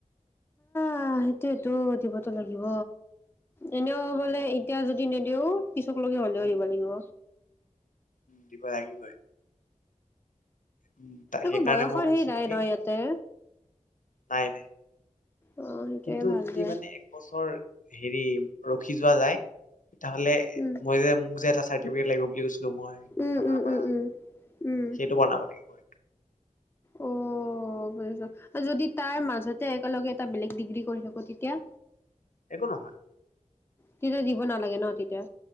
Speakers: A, on the left (about 15°); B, on the left (about 80°).
A: আহ সেইটোটো দিবতো লাগিব এনেও বোলে এতিয়া যদি নিদিও পিছক লগকে হলেও
B: উম,
A: দিব লাগিব
B: দিব লাগিবই উম
A: একো
B: সেইকাৰণে
A: বয়সৰ
B: মই কৈছো
A: হেৰি নাই
B: কি
A: ন ইয়াতে
B: নাই নাই
A: অ', সেইটোৱে
B: কিন্তু
A: ভাল
B: যদি
A: দে।
B: মানে একবছৰ হেৰি ৰখি যোৱা যায় তে হলে
A: উম,
B: মই যে মোক যে এটা চ লাগিব বুলি কৈছে মই
A: উম,
B: খানাৰ
A: উম,
B: পৰা
A: উম, উম, উম।
B: সেইটো বনাব লাগিবটো
A: অ বুজিছো মই যদি তাৰ মাজতে একেলগে এটা বেলেগ ডিগ্ৰী কৰি থাকো তেতিয়া
B: একো নহয়
A: তেতিয়া দিব নালাগে ন তেতিয়া